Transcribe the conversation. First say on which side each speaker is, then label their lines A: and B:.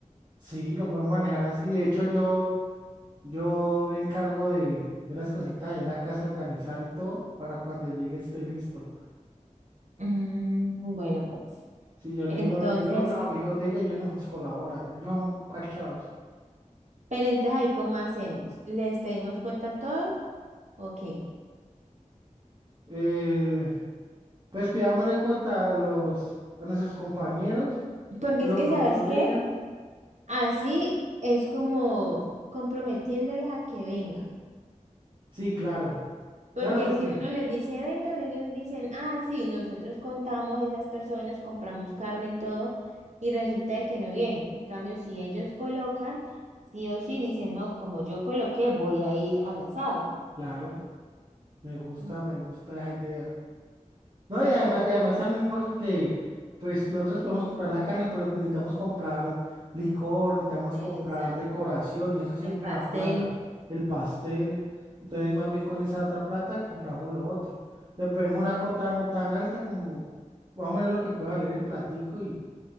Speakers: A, on the right; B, on the right.
A: Sí, lo podemos manejar así. De hecho, yo, yo me encargo de, de unas cositas ahí en la casa, organizar y todo, para cuando llegue esté listo.
B: Mm, bueno, pues.
A: Sí, yo le
B: Entonces,
A: digo, yo le digo a los amigos de ella y ellos nos colaboran. Ellos son parchados.
B: pero entonces ahí, ¿cómo hacemos? ¿Les pedimos cuota a todos? Ok.
A: Eh, pues pidámosle cuota a los, a nuestros compañeros,
B: Porque
A: los
B: es que,
A: amigos
B: ¿sabes
A: de
B: qué?
A: ella.
B: Así es como comprometiéndoles a que vengan.
A: Sí, claro.
B: Porque
A: Claro, porque,
B: si uno les dice vengan, ellos dicen, ah, sí, nosotros contamos esas personas, compramos carne y todo, y resulta de que no vienen. En cambio, si ellos colocan, sí o sí dicen, no, como yo coloqué, voy a ir al asado.
A: claro, me gusta,
B: Mm,
A: me gusta esa idea. No,
B: Listo,
A: y además,
B: entonces,
A: y además también porque, pues nosotros podemos comprar la carne, pero necesitamos comprar licor, necesitamos
B: Exacto.
A: comprar decoración y eso siempre
B: El pastel.
A: es a plata, el pastel. Entonces, más bien con esa otra plata compramos lo otro. Le pedimos una cuota no tan alta como más o menos lo que pueda valer el platico y,